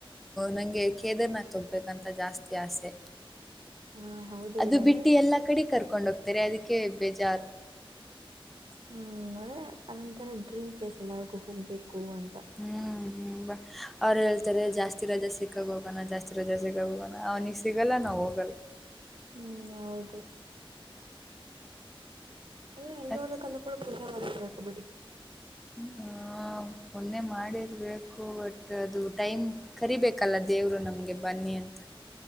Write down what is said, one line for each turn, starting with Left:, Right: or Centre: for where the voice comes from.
Centre: ನಂಗೆ ಕೇದಾರ್ನಾಥ್. ತೊಗಬೇಕಂತ ಜಾಸ್ತಿ ಆಸೆ.
Right: ಹಾ ಹೌದು.
Centre: ಅದು
Right: ಬಿಡನೆ
Centre: ಬಿಟೆ ಎಲ್ಲಾ ಕಡೆ ಕರ್ಕೊಂಡ ಹೋಗ್ತಾರ ಅದಕ್ಕೆ ಬೇಜಾರು
Right: ಹ್ಮ್ ಅಂದ್ರೆ ಅದೊಂತರ ಡ್ರೀಮ್ ಪ್ಲೇಸ್ ಎಲಾರ್ಗು ಹೋಗ್ಬೇಕು ಅಂತ
Centre: ಹ್ಮ್ ಹ್ಮ್ ಅವ್ರು ಹೇಳ್ತಾರೆ ಜಾಸ್ತಿ ರಜೆ ಸಿಕ್ಕಾಗ ಹೋಗೋಣ ಜಾಸ್ತಿ ರಜಾ ಸಿಕಾಗ ಹೋಗೋಣ ಅವ್ನಿಗಿ ಸಿಗಲ್ಲ ನಾವು ಹೋಗಲ್ಲ
Right: ಹ್ಮ್ ಹೌದು ಹಾ ನೀವೂ ಅಲ್ಲೋ
Centre: ಮತ್
Right: ಹೋಗಬೇಕು ಅಂದ್ರೂ ಪುಣ್ಯ ಮಾಡಿರಬೇಕು ಬಿಡಿ
Centre: ಹ ಪೊನ್ಯ ಮಾಡಿರ್ಬೇಕು ಒ ಅದು ಟೈಮ್ ಕರಿಬೇಕಲ್ಲ ದೇವ್ರು ನಮ್ಗೆ ಬನ್ನಿ ಅಂತ